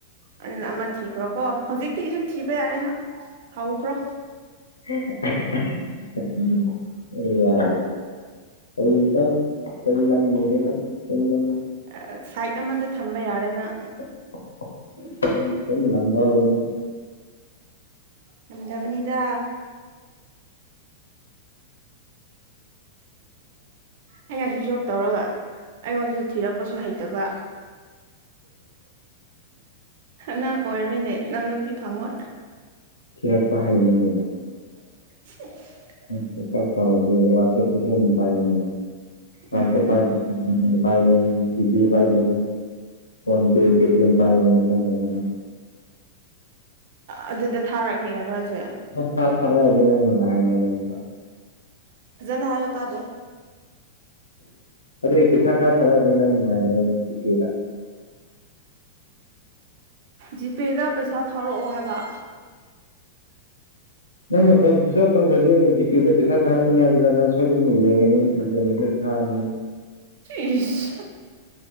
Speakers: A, on the right (about 55°); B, on the left (about 80°).
A: ꯑꯗꯨꯅ ꯑꯃ ꯊꯤꯈ꯭ꯔꯣ ꯀꯣ ꯍꯧꯖꯤꯛꯇꯒꯤꯁꯨ ꯊꯤꯕ ꯌꯥꯔꯦ ꯅꯪ ꯍꯧꯈ꯭ꯔꯣ
B: <unintelligible> ꯑꯦ ꯌꯥ ꯀꯔꯤꯕ ꯆꯩ ꯌꯥꯝ ꯅꯤꯔꯦ ꯅꯪ ꯆꯩꯅꯝ
A: ꯑ ꯁꯥꯏꯠ ꯑꯃꯗ ꯊꯝꯕ ꯌꯥꯔꯦꯅ
B: <unintelligible> ꯍꯧꯔꯦ ꯅꯪ
A: ꯌꯥꯝꯗꯕꯅꯤꯗ ꯑꯩꯅ ꯁ꯭ꯋꯤꯆ ꯑꯣꯐ ꯇꯧꯔꯒ ꯑꯩꯉꯣꯟꯗꯁꯨ ꯊꯤꯔꯛꯄꯁꯨ ꯍꯩꯇꯕ ꯅꯪ ꯑꯣꯏꯔꯣꯏꯅꯦ ꯅꯪ ꯅꯨꯄꯤ ꯐꯪꯉꯣꯏ
B: ꯊꯤꯔꯛꯄ ꯍꯩꯅꯤ ꯀꯩꯅꯣ
A: <unintelligible>
B: ꯁ꯭ꯋꯤꯆ ꯑꯣꯐ ꯇꯧꯔꯗꯤ ꯋꯥꯆꯞꯇꯤ ꯁꯣꯏꯗꯅ ꯄꯥꯏꯒꯅꯤꯅ ꯋꯥꯆꯞ
A: ꯎꯝ
B: ꯄꯥꯏꯗ꯭ꯔ ꯖꯤꯄꯦ ꯄꯥꯏꯅꯤ ꯖꯤꯄꯦ ꯄꯥꯏꯗ꯭ꯔꯖꯨ ꯐꯣꯟ ꯄꯦ ꯄꯦꯇꯦꯝ ꯄꯥꯏꯅꯦ ꯈꯪꯉꯦꯕ ꯅꯪ
A: ꯑꯗꯨꯗ ꯊꯥꯔꯛꯅꯤ ꯍꯥꯏꯔꯣ ꯍꯥꯏꯖꯦ
B: ꯊ ꯊꯥꯔꯛ ꯑꯗꯤ ꯅꯪ ꯅꯨꯡꯉꯥꯏꯅꯦꯕ ꯑꯃꯨꯛꯀ
A: ꯐꯖꯅ ꯍꯥꯏꯌꯣ ꯇꯥꯗꯦ
B: ꯑꯗꯨꯒꯤ ꯄꯩꯁꯥ ꯈꯔ ꯊꯥꯔꯛꯑꯗꯤ ꯅꯪ ꯅꯨꯡꯉꯥꯏꯅꯦꯕ ꯖꯤꯄꯦꯗ
A: ꯖꯤꯄꯦꯗ ꯄꯩꯁꯥ ꯊꯥꯔꯛꯑꯣ ꯍꯥꯏꯕ
B: ꯅꯪ ꯃꯈꯣꯟꯁꯤ ꯆꯥꯎ <unintelligible> ꯐꯝꯈ꯭ꯔꯗꯤ ꯑꯩꯅ ꯖꯤꯄꯦꯗ ꯄꯩꯁꯥ ꯊꯥꯔꯛꯀꯅꯤ ꯑꯗꯨꯗ ꯅꯪ ꯁꯣꯏꯗꯅ ꯌꯦꯡꯉꯅꯤ ꯑꯗꯨꯗ ꯃꯦꯇꯔ ꯊꯔꯅꯤ
A: ꯏꯁ